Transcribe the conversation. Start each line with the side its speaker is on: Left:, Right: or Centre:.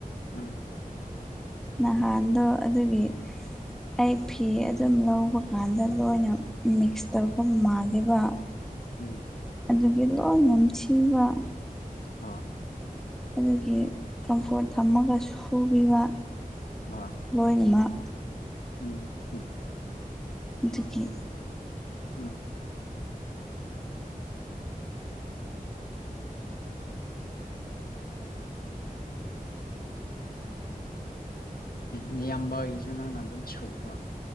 Left: ꯎꯝ
Centre: ꯅꯍꯥꯟꯗꯣ ꯑꯗꯨꯒꯤ ꯑꯩ ꯐꯤ ꯑꯗꯨꯝ ꯂꯧꯕ ꯀꯥꯟꯗ ꯂꯣꯏꯅ ꯃꯤꯛꯁ ꯇꯧꯕ ꯃꯥꯜꯂꯦꯕ ꯫
Left: ꯎꯝ
Centre: ꯑꯗꯨꯒꯤ ꯂꯣꯏ ꯅꯝꯊꯤꯕꯥ ꯫
Left: ꯍꯣꯏ
Centre: ꯑꯗꯨꯒꯤ ꯀꯝꯐꯣꯔꯠ ꯊꯝꯃꯒ ꯁꯨꯕꯤꯕ꯫
Left: ꯍꯥ
Centre: ꯂꯣꯏꯅꯃꯛ
Left: ꯎꯝ ꯍꯨꯝ
Centre: ꯑꯗꯨꯒꯤ
Left: ꯍꯨꯝ ꯅꯌꯥꯝꯕꯒꯤꯖꯨ ꯅꯡꯅ ꯑꯗꯨꯝ ꯁꯨꯕ꯭ꯔꯣ